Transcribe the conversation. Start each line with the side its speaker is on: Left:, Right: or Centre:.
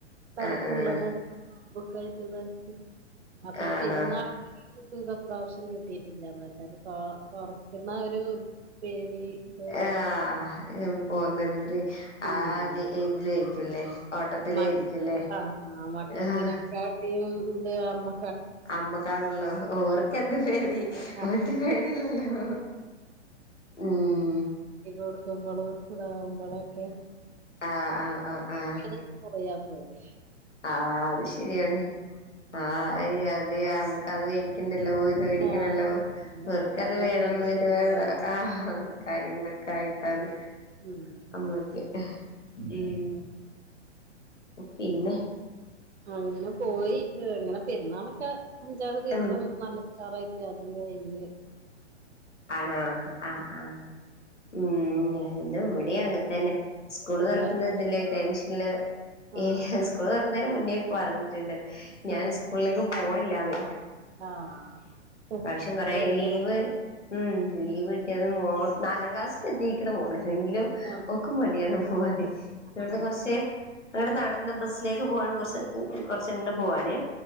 Right: നമുക്കുള്ളതും
Left: ആഹ്
Right: <unintelligible> അതൊര്
Left: ആണോ
Right: പെരുന്നാൾ സുഖം ഇപ്രാവശ്യം കിട്ടീട്ടില്ലാന്ന് വെച്ചാത് തൊറക്കുന്ന ഒരു പേടി ഇത്
Left: ആഹ്
Right: എല്ലാം
Left: പോന്ന
Right: കൂടി
Left: ഒരിതില് ആഹ്
Right: ഉം
Left: അത് ഇതിലായിരിക്കുംല്ലേ ഓട്ടത്തിലായിരിക്കുംല്ലേ
Right: മക് ആഹ് ആഹ് മക്കൾ
Left: ആഹ്
Right: ദിനേക്കാട്ടിം ത് അമ്മ
Left: അമ്മക്കാണല്ലോ ഓർക്ക് എന്ത് പേടി
Right: ആ,
Left: ഓര്ക്ക് പേടീല്ലല്ലോ ഉം
Right: ഇത് കൊടുക്കുമ്പളും ഇതാവുമ്പളൊക്കെ
Left: ആഹ് ആഹ് ആഹ്
Right: <unintelligible>
Left: ആഹ്
Right: പോയാ പോരെ
Left: ആഹ് അത് ശരിയാണ് ആ
Right: ഉം
Left: അത് നമുക്ക് അത് മേടിക്കണ്ടല്ലോ പേടിക്കണല്ലോ
Right: ആഹ് അതൊക്കെ എന്താ
Left: ഇവർക്കത്
Right: ഓരോ
Left: വേണം
Right: ടെൻഷനും
Left: ഇത് വേണം
Right: കാര്യങ്ങളും
Left: ആഹ് കാര്യങ്ങളൊക്കെ ആയിട്ടാണ്
Right: ഉം
Left: നമ്മക്ക് ഉം പിന്നെ
Right: അങ്ങനെ പോയി അങ്ങനെ പെരുന്നാളൊക്കെ അഞ്ചാറ് ദിവസം
Left: ഉം
Right: നല്ല ഉഷാറായിട്ട് അതും കഴിഞ്ഞ്
Left: ആണോ ആഹ് ആഹ് ഉം ന്നെ ഇവിടിം അങ്ങൻതന്നെ സ്കൂള്
Right: ഉം
Left: തുറക്കുന്ന
Right: എല്ലാരും
Left: ഇതില് ടെൻഷനില്
Right: ആഹ്
Left: ഏഹ് സ്കൂള് തുറക്കുന്നതിന് മുന്നേ പറഞ്ഞിട്ടുണ്ട് ഞാന്
Right: ഉം
Left: സ്കൂളിലേക്ക് പോണില്ലാന്ന്
Right: ആഹ്
Left: ഇപ്രാവശ്യം
Right: ഇവര്
Left: കൊറേ
Right: രണ്ട്
Left: ലീവ് ഉം ലീവ് കിട്ടിയൊക്കുമോ നാലാം ക്ലാസ്സില് എത്തിക്ക്‌ണ് മോള് റ്റെങ്കിലും
Right: ആഹ്
Left: ഓൾക്ക് മടിയാണ് പോവാന് ഇവിടുന്ന്
Right: ആ
Left: കുറച്ച് ഇവിടന്നാടന്ന് ബസ്സിലേക്ക് പോവൻ കൊറച്ച് കൊറച്ച്ണ്ട് പോവാന്